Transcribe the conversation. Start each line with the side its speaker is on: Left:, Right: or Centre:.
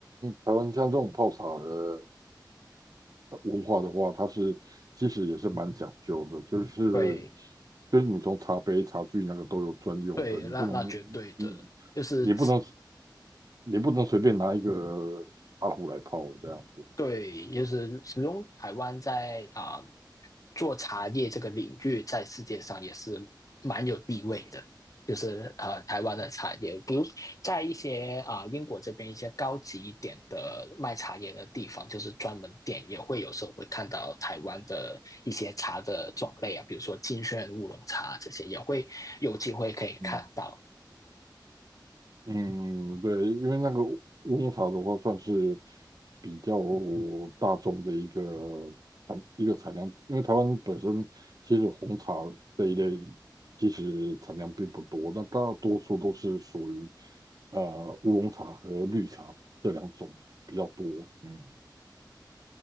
Right: 台湾像这种泡茶的。文化的话，它是其实也是蛮讲究的，就是
Left: 对
Right: 就是你从茶杯、茶具那个都有专用的，
Left: 对，
Right: 你不能
Left: 那那绝对的，
Right: 你
Left: 就是
Right: 你不能你不能随便拿一个茶壶来泡这样子。
Left: 对，就是始终台湾在啊、做茶叶这个领域，在世界上也是蛮有地位的。就是呃，台湾的茶叶，比如在一些啊、英国这边一些高级一点的卖茶叶的地方，就是专门店也会有时候会看到台湾的一些茶的种类啊，比如说金萱乌龙茶这些也会有机会可以看到。
Right: 嗯嗯，对，因为那个乌龙茶的话，算是比较大众的一个产一个产量，因为台湾本身其实红茶这一类其实产量并不多，那大多数都是属于呃乌龙茶和绿茶这两种比较多。嗯，